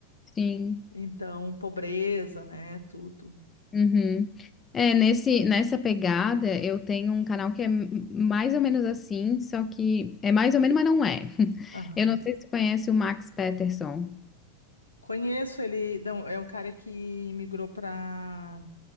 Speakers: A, on the left; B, on the left.
A: sim.
B: Então, pobreza, né? Tudo.
A: Uhum. É, nesse, nessa pegada, eu tenho um canal que é m- mais ou menos assim, só que é mais ou menos, mas não é. <laughs>
B: Aham.
A: Eu não sei se você conhece o Max Peterson,
B: Conheço ele, não, é o cara que imigrou pra,